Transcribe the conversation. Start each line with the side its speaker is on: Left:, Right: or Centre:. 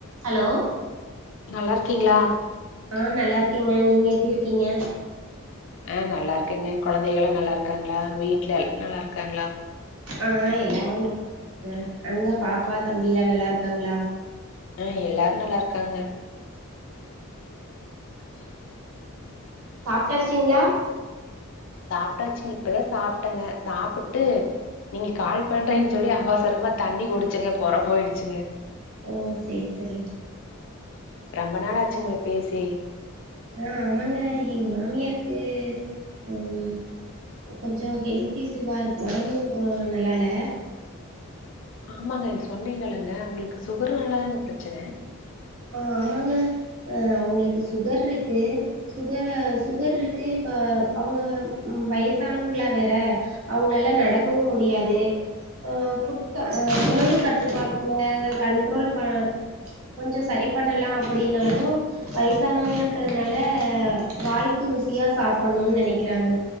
Right: hello
Left: நல்லா இருக்கீங்களா
Right: ஆ நல்லா இருக்கேங்க நீங்க எப்டி இருக்கீங்க
Left: ஆ நல்லா இருக்கங்க கொழந்தைகளா நல்லா இருக்காங்களா வீட்டுல எல் நல்லா இருக்காங்களா
Right: ஆ எல்லாரு அ அங்க பாப்பா தம்பில்லா நல்லா இருக்காங்களா
Left: ஆ எல்லாரு நல்லா இருக்காங்க
Right: சாப்ட்டாச்சிங்களா
Left: சாப்ட்டாச்சு இப்பதா சாப்ட்டங்க சாப்பிட்டு நீங்க கால் பண்றீன்னு சொல்லி அவசரமா தண்ணி குடிச்சுங்க பொற போயிடுச்சுங்கெ
Right: ஓ சேரி செரி
Left: ரெம்ப நாளாச்சுங்க பேசி
Right: ஆ ஆமாங்க எங்க மாமியார்க்கு அம் கொஞ்சோ ஹெல்த் இஷ்யூவா இருக்கு ஒடம்பு நல்லால்ல
Left: ஆமாங்க என்ட சொன்னீங்கல்லங்க அவுங்களுக்கு சுகர்னாலாதாங்க பிரச்சனை
Right: ஆ ஆமாங்க ஆ அவங்களுக்கு சுகர் இருக்கு சுக சுகர் இருக்கு இப்ப அவங்க வயசானவங்களா வேற அவங்களாலா நடக்கவு முடியாது அ புட் அ உணவு கட்டுப்பாட்டுல கண்ட்ரோல் ப கொஞ்சோ சரி பண்ணலா அப்டினாலு வயசானவங்கன்றதுனால வாய்க்கு ருசியா சாப்டணுனு நெனைக்கிறாங்க